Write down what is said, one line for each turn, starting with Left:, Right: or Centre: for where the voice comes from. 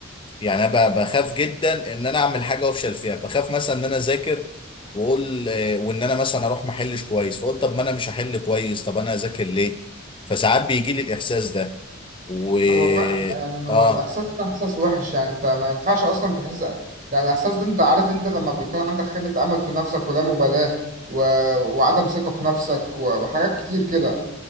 Left: يعني انا ب- بخاف جدا ان انا اعمل حاجه وافشل فيها بخاف مثلا ان انا اذاكر واقول آه، وان انا مثلا اروح ما احلش كويس فقلت طب ما انا مش هحل كويس طب انا اذاكر ليه فساعات بيجي لي الاحساس ده و
Right: هو فا... يعني هو
Left: اه
Right: الاحساس ده احساس وحش يعني انت ما ينفعش اصلا تحس يعني الاحساس ده انت عارف انت لما بيكون عندك خيبة امل في نفسك ولا مبالاة و... وعدم ثقة في نفسك و... وحاجات كتير كده